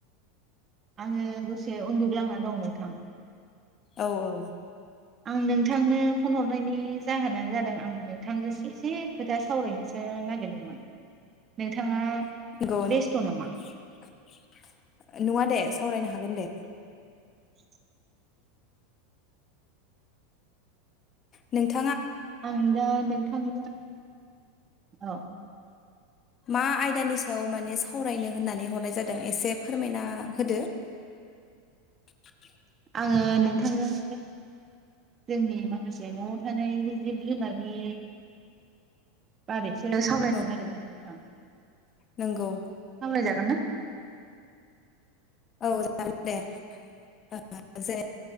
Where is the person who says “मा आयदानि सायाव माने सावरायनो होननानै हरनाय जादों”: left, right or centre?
Left